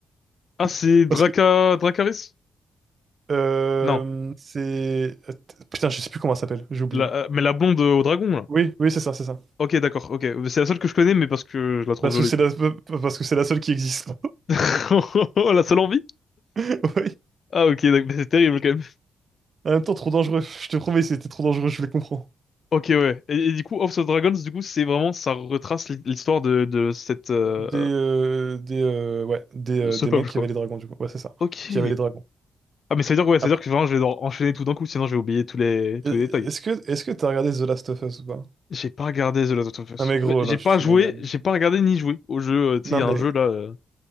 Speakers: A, on the left; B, on the right.
A: Ah, c'est
B: <laughs>
A: Draca...
B: Parce que,
A: Dracarys?
B: euh,
A: Non.
B: c'est... Putain, je sais plus comment elle s'appelle, j'ai oublié.
A: La- euh, mais la blonde euh, au dragon, là.
B: Oui, oui, c'est ça, c'est ça.
A: Ok, d'accord, ok. C'est la seule que je connais, mais parce que je la trouve
B: Parce
A: jolie,
B: que c'est
A: quoi.
B: la, parce que c'est la seule qui existe.
A: <laughs> La seule envie?
B: <laughs> Oui.
A: Ah, ok, donc- mais c'est terrible, quand même.
B: En même temps, trop dangereux. Je te promets, c'était trop dangereux, je les comprends.
A: Ok, ouais. Et, et du coup, House of Dragons, du coup, c'est vraiment... Ça retrace l'hi- l'histoire de, de cette... euh,
B: Des, euh, des, euh, ouais, des, euh,
A: ce
B: des
A: peuple,
B: mecs qui
A: quoi.
B: avaient les dragons, du coup. Ouais, c'est ça.
A: Ok.
B: Qui avaient les dragons.
A: Ah, mais ça veut dire, ouais, ça
B: Après.
A: veut dire que vraiment, je vais devoir enchaîner tout d'un coup, sinon je vais oublier tous les, tous
B: Euh,
A: les détails.
B: Est-ce que, est-ce que t'as regardé The Last of Us ou pas?
A: J'ai pas regardé The Last of Us.
B: Non, mais gros,
A: Mais J'ai
B: non,
A: pas
B: tu te fous
A: joué,
B: de ma gueule.
A: j'ai pas regardé ni joué au jeu, euh, tu sais,
B: Non,
A: il y a
B: mais...
A: un jeu, là, euh,